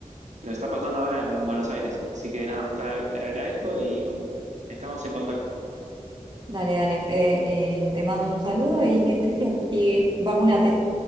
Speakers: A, on the right; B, on the right.
A: que nos está pasando ahora en Buenos Aires. Así que nada, te te agradezco y bueno, estamos en contacto.
B: Dale, dale, Fede, eh, te mando un saludo y que estés bien. Y vacúnate.